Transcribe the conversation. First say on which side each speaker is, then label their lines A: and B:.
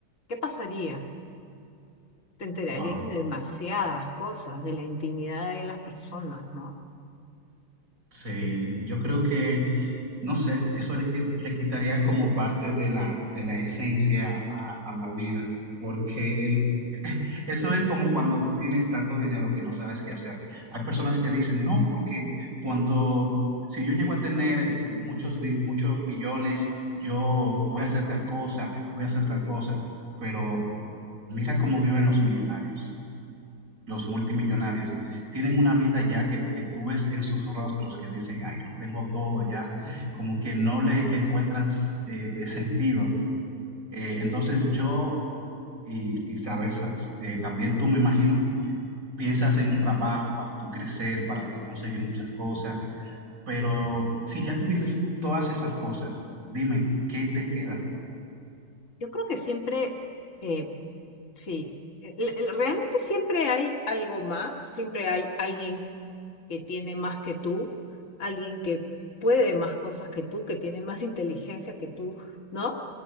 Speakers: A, on the left; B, on the right.
A: ¿Qué pasaría? Te enterarías
B: Wow.
A: de demasiadas cosas, de la intimidad de las personas, ¿no?
B: Sí, yo creo que No sé, eso le, qui- le quitaría como parte de la, de la esencia a, a la vida, porque el- <laughs> eso es como cuando tienes tanto dinero que no sabes qué hacer. Hay personas que dicen, no, porque cuando, si yo llego a tener muchos, di- muchos millones, yo voy a hacer tal cosa, voy a hacer tal cosa, pero mira cómo viven los millonarios los multimillonarios, tienen una vida ya que, que tú ves en sus rostros que dicen, ay, lo tengo todo ya, como que no le, le encuentran eh, eh, sentido. Eh, entonces yo, y y quizás eh, también tú me imagino, piensas en un trabajo para tú crecer, para tú conseguir muchas cosas, pero si ya tuvieses todas esas cosas, dime, ¿qué te queda?
A: Yo creo que siempre, eh, sí, el- el- realmente siempre hay algo más, siempre hay alguien que tiene más que tú, alguien que puede más cosas que tú, que tiene más inteligencia que tú, ¿no?